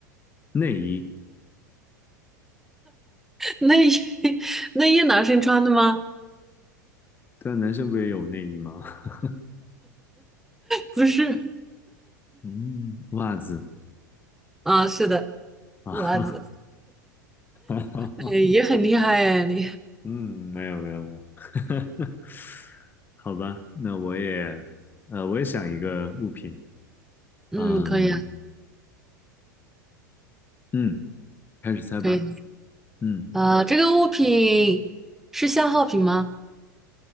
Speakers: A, on the left; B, in the centre.
A: 内衣，
B: 内衣 <laughs> 内衣男生 <laughs> 穿的吗？
A: 对啊，男生不也有内衣吗？<laughs>
B: 不是，
A: 嗯，袜子
B: 啊，是的，
A: 啊，
B: 袜子，
A: <laughs>
B: 哎，也很厉害哎，你，
A: 嗯，没有没有没有，<laughs> 好吧，那我也，呃，我也想一个物品，
B: 嗯，
A: 嗯
B: 可以啊，
A: 嗯，开始猜吧，
B: 可以
A: 嗯，
B: 啊，这个物品是消耗品吗？